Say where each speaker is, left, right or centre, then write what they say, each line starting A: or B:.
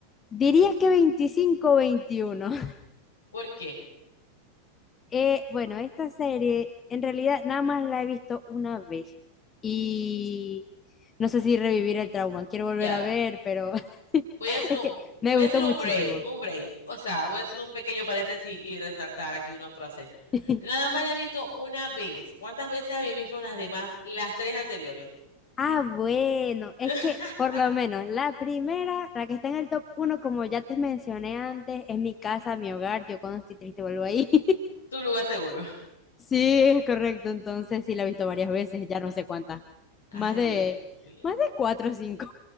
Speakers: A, on the left; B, on the left.
A: diría que veinticinco, veintiuno.
B: ¿Por qué?
A: Eh, bueno, esta serie en realidad nada más la he visto una vez y no sé si revivir el trauma, quiero volver
B: Ya,
A: a ver, pero <laughs> es
B: voy a hacer un,
A: que me
B: voy
A: gustó
B: a hacer un
A: muchísimo.
B: break, un break. O sea, voy a hacer un pequeño paréntesis y resaltar aquí una frase.
A: <laughs>
B: Nada más la he visto una vez. ¿Cuántas veces habéis visto las demás, las tres anteriores?
A: Ah, bueno, es
B: <laughs>
A: que por lo menos la primera, la que está en el top uno, como ya te mencioné antes, es mi casa, mi hogar, yo cuando estoy triste vuelvo ahí. <laughs>
B: Tu lugar seguro.
A: Sí, es correcto, entonces sí la he visto varias veces, ya no sé cuántas,
B: Ay,
A: más de,
B: Dios mío.
A: más de cuatro o cinco.